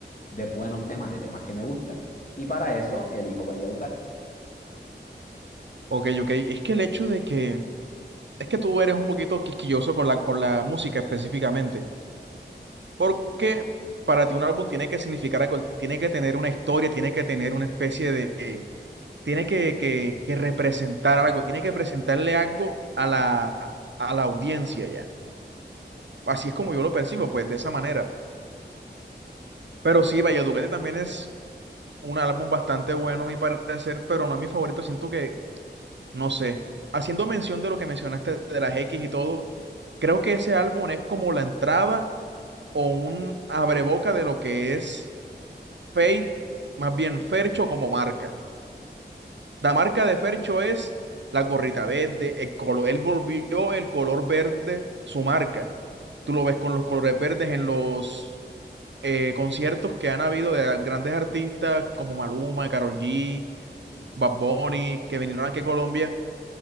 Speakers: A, on the left; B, on the right.
A: de buenos temas, de temas que me gustan. Y para eso elijo Valledupar.
B: Ok, ok. Es que el hecho de que, es que tú eres un poquito quisquilloso con la, con la música específicamente. Porque para ti un álbum tiene que significar algo, tiene que tener una historia, tiene que tener una especie de, tiene que, que, que representar algo, tiene que presentarle algo a la, a la audiencia ya. Así es como yo lo percibo, pues de esa manera. Pero sí, Valleduparte también es un álbum bastante bueno, a mi parecer, pero no es mi favorito. Siento que, no sé, haciendo mención de lo que mencionaste de las X y todo, creo que ese álbum es como la entrada o un abreboca de lo que es Fate, más bien Fercho como marca. La marca de Fercho es la gorrita verde, el color, él volvió el color verde su marca. Tú lo ves con los colores verdes en los eh, conciertos que han habido de grandes artistas como Maluma, Karol G, Bad Bunny, que vinieron aquí a Colombia.